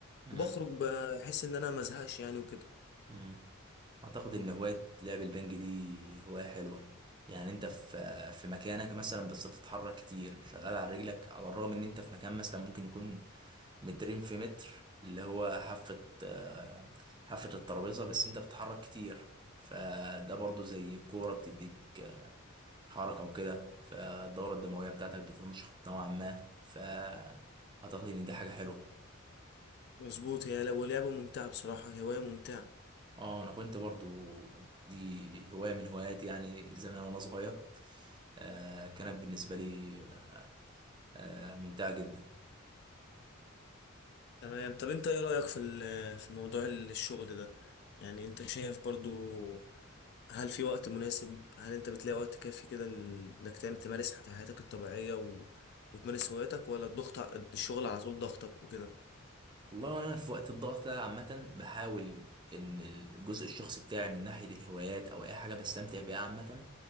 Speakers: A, on the right; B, on the left.
A: امم
B: وبخرج بحيث ان انا مزهقش يعني وكده
A: امم أعتقد إن هواية لعب البنج دي هواية حلوة يعني أنت في في مكانك مثلا بس بتتحرك كتير شغال على رجلك على الرغم إن أنت في مكان مثلا ممكن يكون مترين في متر اللي هو حافة آه، حافة الترابيزة بس أنت بتتحرك كتير فده برضو زي كورة بتديك آه، حركة وكده فالدورة الدموية بتاعتك بتنشط نوعا ما فأعتقد إن دي حاجة حلوة
B: مظبوط هي لو لعبة ممتعة بصراحة هواية ممتعة
A: اه انا كنت برضو دي هواية من هواياتي يعني زمان وانا صغير آه كانت بالنسبة لي آه آه ممتعة جدا
B: تمام طب انت ايه رأيك في ال- في موضوع ال- الشغل ده يعني انت شايف برضو هل في وقت مناسب هل انت بتلاقي وقت كافي كده ل- انك تعمل تمارس حت- حياتك الطبيعية و... وتمارس هواياتك ولا الضغط ع- الشغل على طول ضغطك وكده
A: والله وانا في وقت الضغط ده عامة بحاول ان الجزء الشخصي بتاعي من ناحية الهوايات او اي حاجة بستمتع بيها عامة